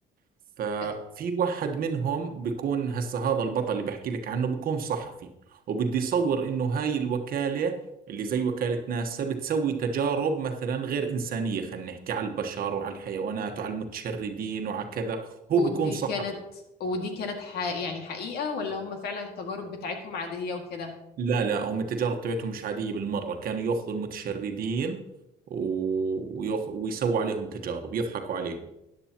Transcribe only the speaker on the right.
ففي
واحد منهم بيكون هسه هذا البطل اللي بحكي لك عنه بيكون صحفي وبده يصور انه هاي الوكالة اللي زي وكالة ناسا بتسوي تجارب مثلا غير إنسانية خلينا نحكي على البشر وعلى الحيوانات وعلى المتشردين وعلى كذا هو
بيكون صحفي
لا لا هم التجارب تبعتهم مش عادية بالمرة كانوا ياخذوا المتشردين و... وياخ... ويسووا عليهم تجارب يضحكوا عليهم